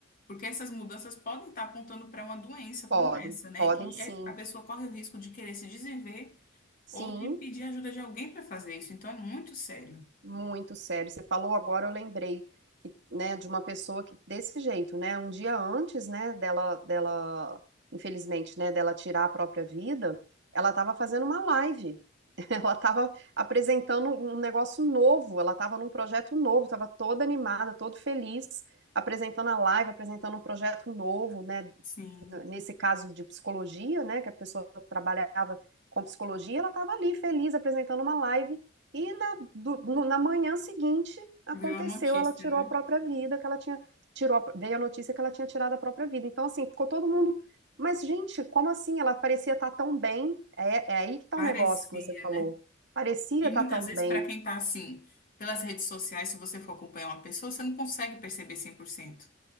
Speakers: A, on the left; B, on the right.
A: Porque essas mudanças podem estar apontando para uma doença
B: Podem,
A: como essa, né?
B: podem
A: E
B: sim,
A: é- a pessoa corre o risco de querer se desviver
B: sim.
A: ou de pedir ajuda de alguém para fazer isso. Então é muito sério.
B: Muito sério. Você falou agora, eu lembrei que, né, de uma pessoa que desse jeito, né, um dia antes, né, dela, dela, infelizmente, né, dela tirar a própria vida, ela estava fazendo uma live. <laughs> Ela estava apresentando um negócio novo, ela estava num projeto novo, estava toda animada, todo feliz, apresentando a live, apresentando um projeto novo, né,
A: Sim,
B: nesse caso de psicologia, né, que a pessoa trabalhava com psicologia, ela estava ali feliz apresentando uma live e na, do- no- na manhã seguinte aconteceu,
A: viu a notícia,
B: ela tirou
A: né?
B: a própria vida, que ela tinha tirou a- veio a notícia que ela tinha tirado a própria vida. Então assim, ficou todo mundo, mas gente, como assim? Ela parecia estar tão bem. É, é aí que está
A: Parecia,
B: o negócio que você falou.
A: né?
B: Parecia
A: E
B: estar
A: muitas
B: tão
A: vezes,
B: bem.
A: para quem está assim, pelas redes sociais, se você for acompanhar uma pessoa, você não consegue perceber 100%. Por cento.